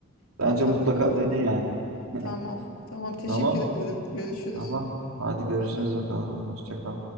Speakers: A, on the left; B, on the right.
A: Tam
B: Bence
A: tarifi
B: mutlaka
A: alırım.
B: dene yani. <laughs>
A: Tamam. Tamam. Teşekkür
B: Tamam.
A: ederim. Görüşürüz.
B: Tamam. Hadi görüşürüz
A: Bay bay.
B: bakalım. Hoşça kal.